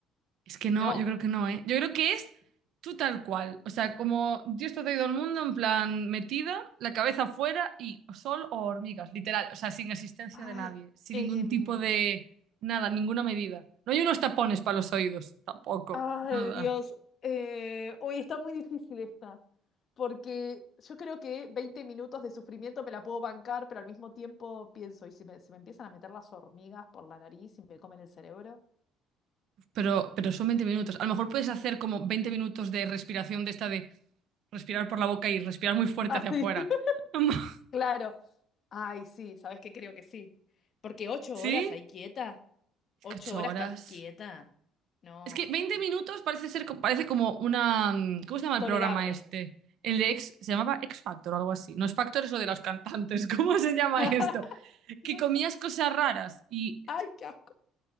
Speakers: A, on the right; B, on the left.
A: Es que no,
B: No.
A: yo creo que no, ¿eh? Yo creo que es tú tal cual. O sea, como Dios te ha traído al mundo en plan metida, la cabeza afuera y sol o hormigas, literal. O sea, sin asistencia
B: Ay,
A: de nadie, sin
B: em,
A: ningún tipo de nada, ninguna medida. No hay unos tapones para los oídos, tampoco,
B: ay,
A: nada.
B: Dios. Eh, hoy está muy difícil esta, porque yo creo que 20 minutos de sufrimiento me la puedo bancar, pero al mismo tiempo pienso, ¿y si me, se me empiezan a meter las hormigas por la nariz y me comen el cerebro?
A: Pero, pero son 20 minutos. A lo mejor puedes hacer como 20 minutos de respiración de esta de respirar por la boca y respirar muy fuerte
B: Ah,
A: hacia
B: sí,
A: afuera.
B: <laughs>
A: <laughs>
B: claro. Ay, sí, ¿sabes qué? Creo que sí. Porque ocho
A: ¿Sí?
B: horas ahí quieta,
A: Es
B: ocho
A: que ocho
B: horas
A: horas.
B: estar quieta, no,
A: Es que 20
B: y
A: minutos parece ser, co- parece como una. mm, ¿Cómo se llama
B: tolerable.
A: el programa este? El de X, se llamaba X Factor o algo así. No es Factor, eso de los cantantes. <laughs> ¿Cómo se llama
B: <laughs>
A: esto? Que
B: No
A: comías
B: sé.
A: cosas raras y.
B: Ay, qué asco.